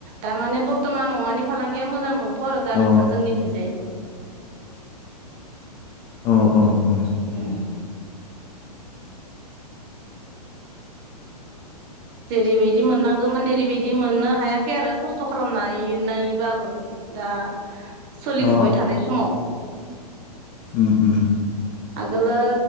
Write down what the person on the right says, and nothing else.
दामाने बर्थ'मान अमानि फालांगिया मोजां नं थ'आ आरो दा
नोंथां जोंनिथिंजा।
उम। जेरैबायदि मोननां गोमोन ओरैबायदि मोननो हायाखै आरो खस्थ' खालामनाय नायबाबो दा सोलिफुबाय
थानाय समाव। <inaudible>
आगोलो